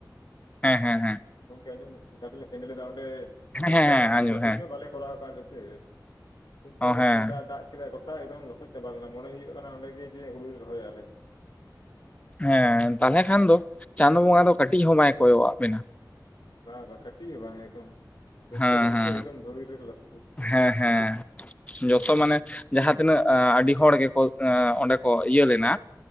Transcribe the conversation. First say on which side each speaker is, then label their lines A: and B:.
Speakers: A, on the left; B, on the left.
A: ᱦᱮᱸ
B: <inaudible>
A: ᱦᱮᱸ ᱦᱮᱸ
B: ᱜᱚᱝᱠᱮ ᱟᱸᱡᱚᱢ ᱴᱷᱮᱱ ᱯᱮᱱᱰ ᱞᱮᱫᱟ ᱚᱸᱰᱮ
A: ᱦᱮᱸ ᱦᱮᱸ ᱟᱸᱡᱚᱢ
B: ᱪᱮᱭᱟᱨ ᱴᱮᱵᱤᱞ
A: ᱦᱮᱸ
B: ᱵᱟᱞᱮ ᱠᱚᱨᱟᱣ ᱟᱠᱟᱜ ᱞᱮᱥᱮ ᱠᱤᱱᱛᱚ
A: ᱚ
B: ᱩᱱᱤ
A: ᱦᱮᱸ
B: ᱡᱟ ᱫᱟᱜ ᱠᱮᱫᱟᱭ ᱜᱚᱴᱟ ᱮᱠᱫᱚᱢ ᱞᱚᱥᱚᱫ ᱪᱟᱵᱟ ᱞᱮᱱᱟ ᱢᱚᱱᱮ ᱦᱩᱭᱩᱜ ᱠᱟᱱᱟ ᱚᱸᱰᱮ ᱜᱮ ᱡᱮ ᱦᱩᱲᱩ ᱞᱮ ᱨᱚᱦᱚᱭᱟᱞᱮ
A: ᱦᱮᱸ ᱛᱟᱦᱚᱞᱮ ᱠᱷᱟᱱ ᱫᱚ ᱪᱟᱸᱫ ᱵᱚᱸᱜᱟ ᱫᱚ ᱠᱟᱹᱴᱤᱡ ᱦᱚᱸ ᱵᱟᱭ ᱠᱚᱭᱚᱜ ᱟᱜ ᱵᱮᱱᱟ
B: ᱵᱟ ᱵᱟᱝ ᱠᱟᱹᱴᱤᱡ ᱜᱮ ᱵᱟᱝ ᱮᱠᱫᱚᱢ ᱵᱚ
A: ᱦᱮᱸ
B: ᱨᱟᱹᱥᱠᱟᱹ
A: ᱦᱮᱸ
B: ᱮᱠᱚᱢ ᱫᱷᱩᱲᱤ ᱨᱮ ᱞᱥ
A: ᱦᱮᱸ ᱦᱮᱸ ᱡᱚᱛᱚ ᱢᱟᱱᱮ ᱡᱟᱦᱟᱸᱛᱤᱱᱟᱹᱜ ᱟᱹᱰᱤ ᱦᱚᱲ ᱜᱮᱠᱚ ᱚᱸᱰᱮ ᱠᱚ ᱤᱭᱟᱹ ᱞᱮᱱᱟ